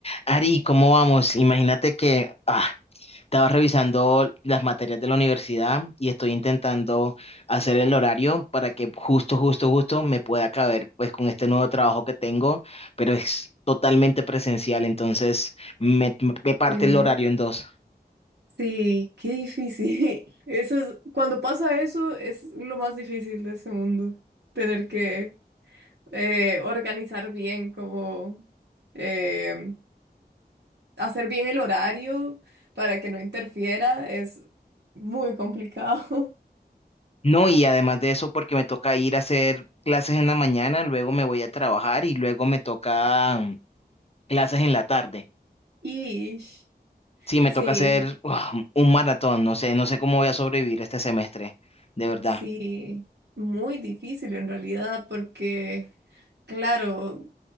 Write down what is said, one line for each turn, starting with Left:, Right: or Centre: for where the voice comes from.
Left: Ari, ¿cómo vamos? Imagínate que ah, estaba revisando las materias de la universidad y estoy intentando hacer el horario para que justo, justo, justo me pueda caber pues con este nuevo trabajo que tengo, pero es totalmente presencial, entonces me, me parte
Right: Eh,
Left: el horario en dos.
Right: sí, qué difícil. <laughs> Eso es, cuando pasa eso, es lo más difícil de este mundo. Tener que eh, organizar bien, como eh, hacer bien el horario para que no interfiera, es muy complicado. <laughs>
Left: No, y además de eso, porque me toca ir a hacer clases en la mañana, luego me voy a trabajar y luego me toca mm, clases en la tarde.
Right: Y
Left: Sí, me
Right: sí,
Left: toca hacer uah, un maratón, no sé, no sé cómo voy a sobrevivir este semestre, de verdad.
Right: sí, muy difícil en realidad, porque Claro,